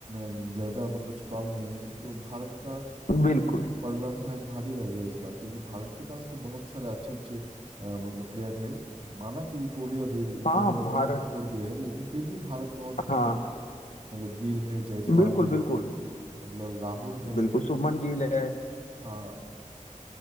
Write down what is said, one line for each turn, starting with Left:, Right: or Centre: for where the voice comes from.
Right: म, ज़्यादा मतलब स्ट्रांग नहीं है तो भारत का अ,
Left: बिल्कुल
Right: पलड़ा शायद भारी रहेगा इस बार क्योंकि भारत के पास तो बहुत सारे अच्छे अच्छे अ, मतलब प्लेयर है माना कि कोहली और रि-
Left: हाँ
Right: कोहली और
Left: भारत
Right: रोहित छोड़ दिए हैं लेकिन फिर भी भारत बहुत ब-
Left: हाँ
Right: भारी है मतलब गिल है जायसवाल
Left: बिल्कुल
Right: है
Left: बिल्कुल
Right: मतलब राहुल है
Left: बिल्कुल शुभमन गिल है
Right: हाँ